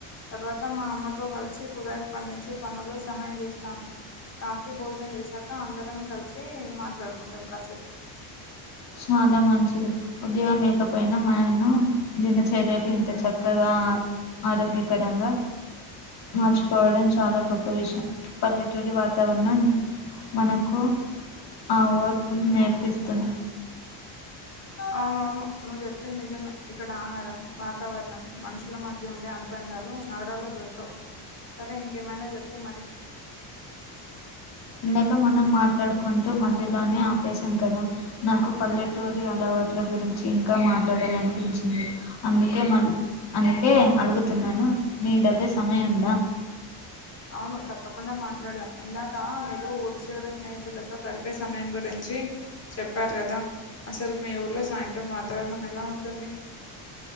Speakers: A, on the left; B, on the left.
A: తర్వాత మా అమ్మతో కలిసి కూరగాయలు పండించే పనుల్లో సహాయం చేస్తాను రాత్రి భోజనం చేసాక అందరం కలిసి మాట్లాడుకుంటాం కాసేపు
B: చాలా మంచిది ఉద్యోగం చేయకపోయినా మనను దిన చర్యలు ఇంత చకా చక్కగా ఆరోగ్యకరంగా మార్చుకోవడం చాలా గొప్ప విషయం పల్లెటూరి వాతావరణం మనకు ఆ ఓర్పును నేర్పిస్తుంది
A: అవునవును నువ్వు చెప్పింది నిజమే ఇక్కడ ఆహారం వాతావరణం మనుషుల మధ్య ఉండే అనుబంధాలు నగరాల్లో దొరకవు సరే ఇంకేమైనా చెప్పు మరి
B: ఇందక మనం మాట్లాడుకుంటూ మధ్య లోనే ఆపేశాం కదా నాకు పల్లెటూరి అలా వాట్ల గురించి ఇంకా మాట్లాడాలనిపించింది అందుకే మ అందుకే అడుగుతున్నాను నీ దగ్గ సమయం ఉందా
A: అవును తప్పకుండా మాట్లాడదాం ఇందాక మీరు ఊరిచివర స్నేహితులతో గడిపే సమయం గురించి చి చెప్పారు కదా అసలు మీ ఊర్లో సాయంత్రం వాతావరణం ఎలా ఉంటుంది